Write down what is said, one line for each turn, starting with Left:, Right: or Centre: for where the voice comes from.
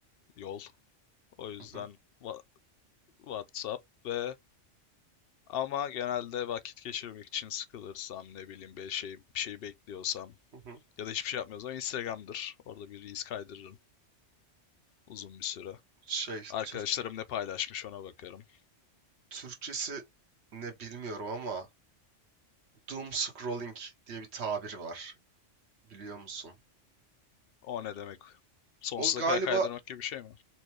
Left: yol. O yüzden
Right: Hı hı,
Left: wa- WhatsApp ve ama genelde vakit geçirmek için sıkılırsam ne bileyim bir şey bir şey bekliyorsam
Right: hı hı.
Left: ya da hiçbir şey yapmıyorsam Instagram'dır. Orada bir reels kaydırırım uzun bir süre.
Right: Şey,
Left: Arkadaşlarım
Right: Türk
Left: ne paylaşmış ona bakarım.
Right: Türkçesi ne bilmiyorum ama doom scrolling diye bir tabir var. Biliyor musun?
Left: O ne demek? Sonsuza
Right: O galiba
Left: kadar kaydırmak gibi bir şey mi?